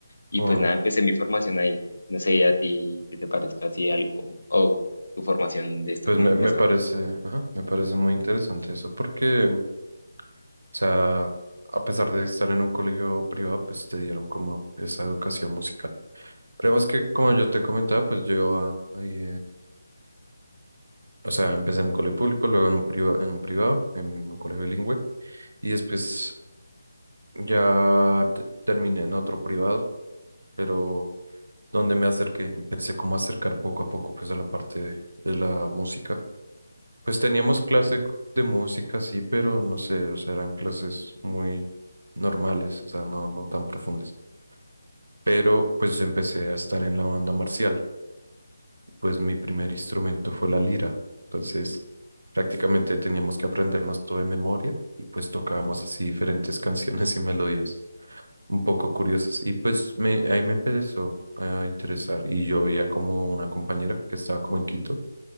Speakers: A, on the left; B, on the right.
A: Y
B: Wow.
A: pues nada, empecé mi formación ahí. No sé a ti qué te parezca así algo o tu formación de esto,
B: Pues
A: cómo
B: me,
A: empezó.
B: me parece, ajá, me parece muy interesante eso porque, o sea, a pesar de estar en un colegio privado, pues te dieron como esa educación musical. Pero más que, como yo te comentaba, pues yo iba ahí O sea, empecé en un colegio público, luego en un priva en un privado, en un colegio bilingüe, y después ya te- terminé en otro privado, pero donde me acerqué, empecé como a acercar poco a poco pues a la parte de, de la música. Pues teníamos clase c- de música, sí, pero no sé, o sea, eran clases muy normales, o sea, no, no tan profundas. Pero pues empecé a estar en la banda marcial. pues mi primer instrumento fue la lira. Entonces, prácticamente teníamos que aprendernos todo de memoria y pues tocábamos así diferentes <laughs> canciones y melodías un poco curiosas. Y pues me, ahí me empezó a interesar y yo veía como una compañera que estaba como en quinto,